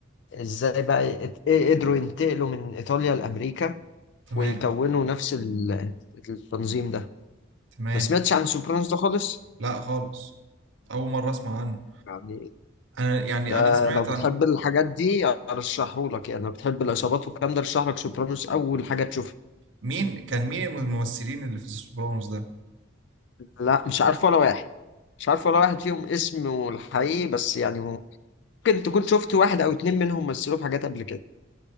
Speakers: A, on the left; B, on the right.
A: ازاي بقى يت- قدروا ينتقلوا من ايطاليا لامريكا
B: تمام
A: ويكونوا نفس ال- التنظيم ده
B: تمام
A: ما سمعتش عن سوبرانوس ده خالص
B: لا خالص اول مرة اسمع عنه
A: يعني
B: انا يعني
A: ده
B: انا سمعت
A: لو بتحب
B: عن
A: الحاجات دي ارشحهولك يعني لو بتحب العصابات والكلام ده ارشحلك سوبرانوس اول حاجه تشوفها
B: مين كان مين الممثلين اللي في سوبرانوس ده
A: لا مش عارف ولا واحد مش عارف ولا واحد فيهم اسمه الحقيقي بس يعني ممكن تكون شفت واحد او اتنين منهم مثلوا في حاجات قبل كده